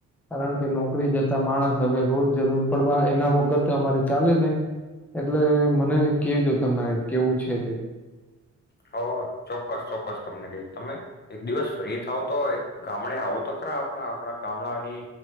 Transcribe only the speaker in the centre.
કારણ કે નોકરી જતા માણસ હવે રોજ જરૂર પડવા એના વગર તો અમારે ચાલે નહી એટલે મને કેજો તમારે કેવું છે તે